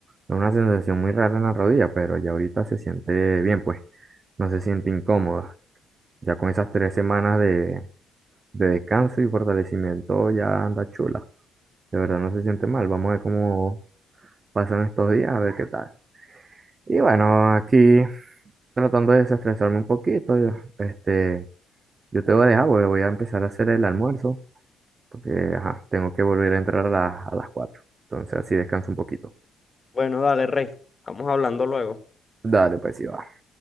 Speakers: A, on the right (about 25°); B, on the left (about 20°).
A: Es una sensación muy rara en la rodilla, pero ya ahorita se siente bien, pues no se siente incómoda. Ya con esas tres semanas de, de descanso y fortalecimiento ya anda chula. De verdad no se siente mal. Vamos a ver cómo pasan estos días, a ver qué tal. Y bueno, aquí tratando de desestresarme un poquito, yo- este, yo te voy a dejar, porque voy a empezar a hacer el almuerzo. Porque, ajá, tengo que volver a entrar a, las- a las 4. Entonces así descanso un poquito.
B: Bueno, dale, Rey. Estamos hablando luego.
A: Dale, pues sí va.